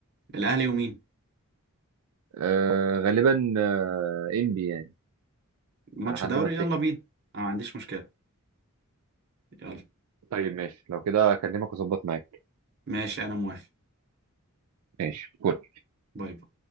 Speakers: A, on the right (about 50°); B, on the right (about 85°).
A: الاهلي ومين
B: آه غالبا آه انبي يعني
A: ماتش
B: على حد
A: دوري
B: ما افتكر
A: يلا بينا انا ما عنديش مشكلة يلا
B: طيب ماشي لو كده اكلمك واظبط معاك
A: ماشي انا موافق
B: ماشي كول
A: باي باي